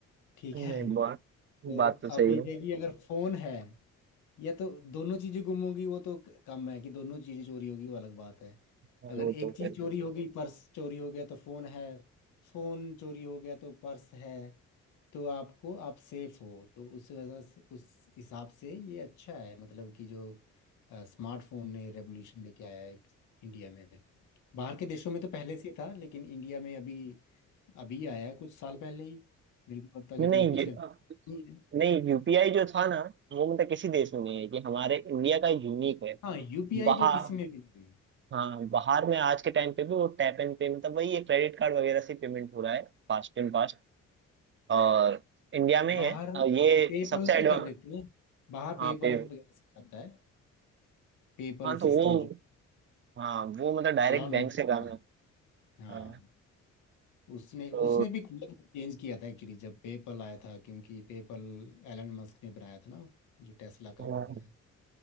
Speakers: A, on the left (about 80°); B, on the right (about 40°).
A: ठीक
B: नहीं
A: है <laughs>
B: बात
A: तो
B: बात तो सही
A: अब ये
B: है
A: है कि अगर फोन है या तो दोनों चीजें गुम होगी वो तो क- कम है कि दोनों चीजें चोरी होगी वो अलग बात है
B: वो
A: अगर
B: तो
A: एक चीज
B: है
A: चोरी होगी पर्स चोरी हो गया तो फोन है फोन चोरी हो गया तो पर्स है तो आपको आप सेफ हो तो उस वजह से उस हिसाब से ये अच्छा है मतलब कि जो स्मार्टफोन ने रेवोल्यूशन लेके आया है इंडिया में बाहर के देशों में तो पहले से ही था लेकिन इंडिया में अभी अभी आया है कुछ साल पहले ही मेरे को लगता है
B: नहीं
A: कितने
B: नहीं
A: पिछले
B: ये-
A: नहीं है।
B: नहीं यूपीआई जो था ना वो मतलब किसी देश में नहीं है ये हमारे इंडिया का यूनिक है
A: हाँ यूपीआई
B: बाहर
A: तो किसी में भी नहीं है।
B: हाँ बाहर में आज के टाइम पे भी वो टैप एंड पे मतलब वही है क्रेडिट कार्ड वगैरह से पेमेंट हो रहा है फास्ट एंड फास्ट और इंडिया में
A: बाहर
B: है और ये
A: पेपल
B: सबसे
A: से
B: एडवांस
A: कर देते हैं बाहर
B: हाँ
A: पेपल
B: पे
A: वगैरह से करता है पेपल
B: हाँ तो
A: सिस्टम
B: वो
A: जो
B: हाँ वो मतलब डायरेक्ट
A: एलॉन
B: बैंक
A: मस्क
B: से काम
A: का है
B: है
A: हाँ
B: हाँ
A: उसने
B: तो
A: उसने भी कलर चेंज किया था एक्चुअली जब पेपल आया था क्योंकि पेपल एलन मस्क ने बनाया था ना जो टेस्ला का
B: हाँ
A: वो है